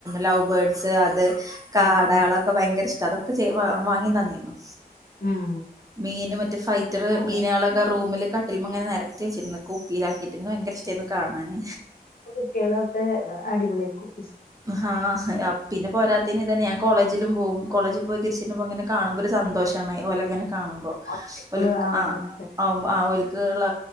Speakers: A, on the right (about 20°); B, on the left (about 65°).
A: ലവ് ബേഡ്സ് അത് കാടകളൊ
B: ആഹ് ആഹ്
A: ഭയങ്കര ഇഷ്ട അതൊക്കെ വാങ്ങി തന്നിരുന്നു
B: ഉം
A: മീന് മറ്റേ ഫൈറ്റർ
B: അല്ലാത്ത
A: മീനാളൊക്കെ റൂമില് കട്ടിൽമെക്കെ നെരത്തി വെച്ചിര്ന്ന് കുപ്പിയിലാക്കിട്ട് ൻക്ക് ഭയങ്കര ഇഷ്ടാര്ന്നു കാണാന്
B: കുട്ടികളൊക്കെ അടിപൊളിയേക്കും
A: ആഹ് പിന്നെ പോരാത്തേന് ഇതന്ന ഞാൻ കോളേജിലും പോകും കോളേജിൽ പോയി തിരിച്ചിങ്ങനെ കാണുമ്പോ ഒരു സന്തോഷാണേ ഓലെങ്ങനെ കാണുമ്പോ
B: ഒറ്റക്ക്
A: ഒലുക്ക്
B: ആവുമ്പോഴൊക്കെ
A: ആഹ് ആഹ് ഓല്ക്ക് ഉള്ള